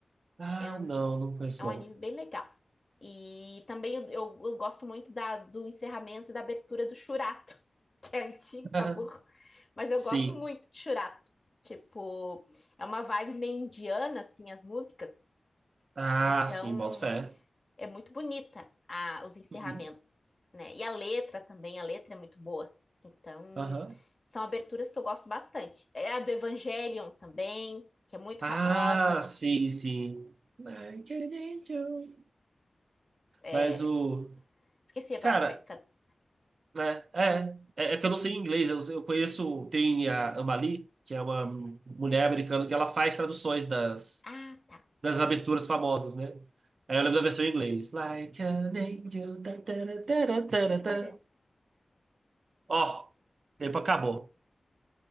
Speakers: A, on the right; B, on the left.
A: ah,
B: É um,
A: não, não conheço
B: é um
A: não.
B: anime bem legal. E também eu, eu- eu gosto muito da, do encerramento e da abertura do Shurato, <laughs> que é antigo,
A: <laughs>
B: pra burro, mas eu
A: Sim.
B: gosto muito de Shurato. Tipo, é uma vibe meio indiana, assim, as músicas.
A: Ah,
B: Então,
A: sim, boto fé.
B: é muito bonita a, os encerramentos,
A: Uhum.
B: né? E a letra também, a letra é muito boa. Então,
A: Aham.
B: são aberturas que eu gosto bastante. É a do Evangelion também, que é muito
A: Ah,
B: famosa.
A: sim, sim. Like an angel. Mas
B: É,
A: o.
B: esqueci agora
A: Cara,
B: como é que canta.
A: né? É. É, é que eu não sei inglês. Eu, eu conheço. Tem a Amali, que é uma mulher americana que ela faz traduções das.
B: Ah, tá.
A: das aberturas famosas, né? Aí eu lembro da versão em inglês. Like an angel. tá, tá, tá, tá,
B: Então,
A: tá, tá. Ó, tempo acabou.